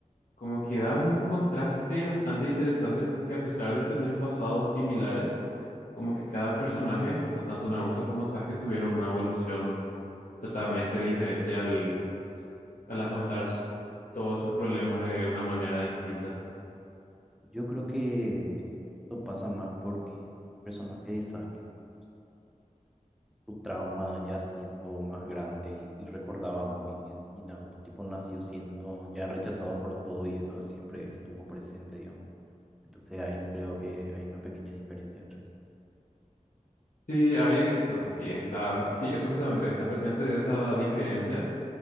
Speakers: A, on the left; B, in the centre.
A: Como que dan un contraste bastante interesante porque a pesar de tener pasados similares, como que cada personaje, o sea, tanto Naruto como Sasuke tuvieron una evolución totalmente diferente al, al afrontar s- todos sus problemas de una manera distinta.
B: Yo creo que eso pasa más porque el personaje de Sasuke su trauma ya siendo más grande y, y recordaba muy bien. Y Naruto, tipo, nació siendo ya rechazado por todo y eso siempre él tuvo presente, digamos. Entonces ahí creo que hay una pequeña diferencia entre eso.
A: Sí, hay, o sea, sí está, sí, eso justamente está presente esa diferencia,